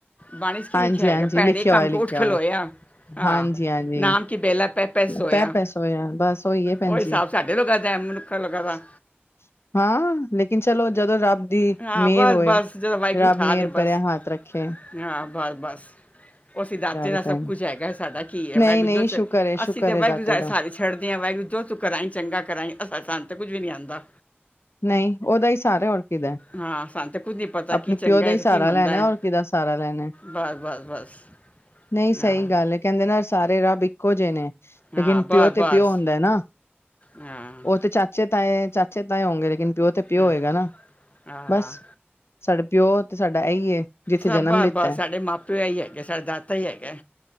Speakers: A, on the left (about 35°); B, on the left (about 85°).
A: ਬਾਣੀ ਵਿਚ ਕੀ
B: ਹਾਂਜੀ
A: ਲਿਖਿਆ
B: ਹਾਂਜੀ
A: ਪੈੜੇ
B: ਲਿਖਿਆ
A: ਕੰਮਗੋਠ
B: ਹੋਇਆ ਲਿਖਿਆ
A: ਖਲੋਇਆ
B: ਹੋਇਆ
A: ਹਾਂ
B: ਹਾਂਜੀ ਹਾਂਜੀ
A: ਨਾਮ ਕੀ ਬੇਲਾ ਪੈ ਸੋਇਆ
B: ਪੈ ਪੈਸਾ ਹੋਆ ਬਸ ਹੋਈਏ ਭੈਣਜੀ
A: ਉਹ ਹਿਸਾਬ
B: ਹਾਜੀ
A: ਸਾਡੇ ਲੋਕਾਂ ਦਾ ਹੈ, ਮਨੁੱਖਾਂ ਲੋਕਾਂ ਦਾ
B: ਹਾਂ ਲੇਕਿਨ ਚਲੋ ਜਦੋ ਰੱਬ ਦੀ
A: ਹਾਂ
B: ਮੇਹਰ
A: ਬਸ
B: ਹੋਏ
A: ਬਸ ਜਦੋਂ ਵਾਹਿਗੁਰੂ
B: ਰੱਬ
A: ਉਠਾ
B: ਮੇਹਰ
A: ਦੇ
B: ਭਰਿਆ
A: ਬਸ
B: ਹਾਥ ਰਖੇ
A: ਹਾਂ ਬਸ ਬਸ ਉਹ ਦਾਤੇ ਦਾ
B: ਹੈ
A: ਸਭ
B: ਭੈਣ
A: ਕੁਛ ਹੈਗਾ ਸਾਡਾ ਕੀ ਹੈ।
B: ਨਹੀਂ-ਨਹੀਂ
A: ਵਾਹਿਗੁਰੂ ਜੋ
B: ਸ਼ੁਕਰ ਏ, ਸ਼ੁਕਰ
A: ਅਸੀ ਤਾਂ
B: ਏ
A: ਵਾਹਿਗੁਰੂ
B: ਦਾਤੇ ਦਾ।
A: ਸਹਾਰੇ ਛੱਡਦੇ ਹਾਂ ਵਾਹਿਗੁਰੂ ਜੋ ਤੂੰ ਕਰਾਈ ਚੰਗਾ ਕਰਾਈ ਸਾਨੂੰ ਤੇ ਕੁਝ ਵੀ ਨਹੀ ਆਂਦਾ
B: ਨਹੀ ਉਹਦੇ ਹੀ ਸਾਰੇ ਹੋਰ ਕਿਦਾ
A: ਹਾਂ ਸਾਨੂੰ ਤਾਂ ਕੁਝ ਨਹੀਂ ਪਤਾ
B: ਆਪਣੇ
A: ਕੀ ਚੰਗਾ
B: ਪਿਓ ਦਾ
A: ਹੈ
B: ਹੀ
A: ਤੇ ਕੀ
B: ਸਹਾਰਾ
A: ਮੰਦਾ
B: ਲੈਣਾ
A: ਹੈ
B: ਔਰ ਕਿਹਦਾ ਸਾਰਾ ਲੈਣਾ
A: ਬਸ ਬਸ ਬਸ
B: ਨਹੀ ਸਹੀ
A: ਹਾਂ
B: ਗੱਲ ਐ, ਕਹਿਦੇ ਨੇ ਸਾਰੇ ਰਬ ਇਕੋ ਜਿਹੇ ਨੇ
A: ਹਾਂ
B: ਲੇਕਿਨ
A: ਬਸ
B: ਪਿਓ ਤੇ
A: ਬਸ
B: ਪਿਓ ਹੁੰਦਾ ਹੈ ਨਾ,
A: ਹਾਂ
B: ਉਹ ਤੇ ਚਾਚੇ ਤਾਏ ਚਾਚੇ ਤਏ ਹੋਗੇ, ਲੇਕਿਨ ਪਿਓ ਤੇ ਪਿਓ
A: ਹਾਂ
B: ਹੋਏਗਾ ਨਾ
A: ਹਾਂ
B: ਬਸ ਸਾਡੇ ਪਿਓ, ਤੇ ਸਾਡਾ ਏਈ ਏ ਜਿੱਥੇ
A: ਸਭ
B: ਜਨਮ
A: ਬਸ
B: ਲਿੱਤਾ
A: ਬਸ,
B: ਹੈ।
A: ਸਾਡੇ ਮਾਂ ਪਿਓ ਏਹੀ ਹੈਗੇ, ਸਾਡੇ ਦਾਤਾ ਹੀ ਹੈਗਾ।